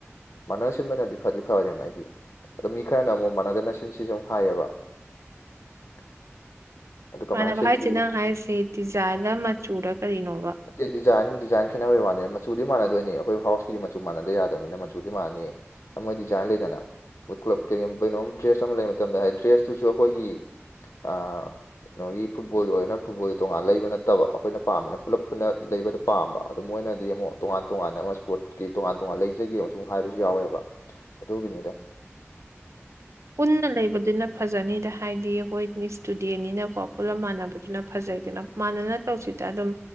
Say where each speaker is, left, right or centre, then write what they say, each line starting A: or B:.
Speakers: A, on the left; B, on the right.
A: ꯃꯥꯟꯅ ꯁꯤꯟꯕꯅꯗꯤ ꯐꯗꯤ ꯐꯔꯦ ꯍꯥꯏꯗꯤ ꯑꯗꯣ ꯃꯤ ꯈꯔꯅ ꯑꯃꯨꯛ ꯃꯥꯟꯅꯗꯅ ꯁꯤꯟꯁꯤꯁꯨ ꯍꯥꯏꯌꯦꯕ <unintelligible> ꯀꯃꯥꯏꯅ
B: ꯃꯥꯟꯅꯕ
A: ꯁꯤꯟꯁꯤꯒꯦ
B: ꯍꯥꯏꯁꯤ ꯅꯪ ꯍꯥꯏꯔꯤꯁꯤ ꯗꯤꯖꯥꯏꯟꯔ ꯃꯆꯨꯔ ꯀꯔꯤꯅꯣꯕ
A: ꯑꯦ ꯗꯤꯖꯥꯏꯟ ꯗꯤꯖꯥꯏꯟ ꯈꯦꯠꯅꯕꯩ ꯋꯥꯅꯤ ꯃꯆꯨꯗꯤ ꯃꯥꯟꯅꯗꯣꯏꯅꯤ ꯑꯩꯈꯣꯏ ꯍꯥꯎꯁꯀꯤ ꯃꯆꯨ ꯃꯥꯟꯅꯗ ꯌꯥꯗꯕꯅꯤꯅ ꯃꯆꯨꯗꯤ ꯃꯥꯟꯅꯅꯤꯌꯦ ꯃꯣꯏ ꯗꯤꯖꯥꯏꯟ ꯂꯩꯗꯅ ꯃꯣꯏ ꯀ꯭ꯂꯕ ꯀꯩꯅꯣꯝ ꯗ꯭ꯔꯦꯁ ꯑꯃ ꯂꯩꯕ ꯃꯇꯝꯗ ꯍꯥꯏꯗꯤ ꯗ꯭ꯔꯦꯁꯇꯨꯁꯨ ꯑꯩꯈꯣꯏꯒꯤ ꯑꯥ ꯀꯩꯅꯣꯒꯤ ꯐꯨꯠꯕꯣꯜꯒꯤ ꯑꯣꯏꯔꯅ ꯐꯨꯠꯕꯣꯜꯒꯤ ꯇꯣꯉꯥꯟꯅ ꯂꯩꯕ ꯅꯠꯇꯕ ꯑꯩꯈꯣꯏꯅ ꯄꯥꯝꯃꯤꯅ ꯄꯨꯂꯞ ꯄꯨꯟꯅ ꯂꯩꯕꯗꯣ ꯄꯥꯝꯕ ꯑꯗꯣ ꯃꯣꯏꯅꯗꯤ ꯑꯃꯨꯛ ꯇꯣꯉꯥꯟ ꯇꯣꯉꯥꯟꯅ ꯑꯃ ꯁ꯭ꯄꯣꯔꯠꯀꯤ ꯇꯣꯉꯥꯟ ꯇꯣꯉꯥꯟ ꯂꯩꯖꯒꯦ ꯑꯃꯁꯨ ꯍꯥꯏꯕꯁꯨ ꯌꯥꯎꯋꯦꯕ ꯑꯗꯨꯒꯤꯅꯤꯗ
B: ꯄꯨꯟꯅ ꯂꯩꯕꯗꯨꯅ ꯐꯖꯅꯤꯗ ꯍꯥꯏꯗꯤ ꯑꯩꯈꯣꯏ ꯁ꯭ꯇꯨꯗꯦꯟꯅꯤꯅꯀꯣ ꯄꯨꯜꯂꯞ ꯃꯥꯟꯅꯕꯗꯨꯅ ꯐꯖꯩꯗꯅ ꯃꯥꯟꯅꯅ ꯇꯧꯁꯤꯗ ꯑꯗꯨꯝ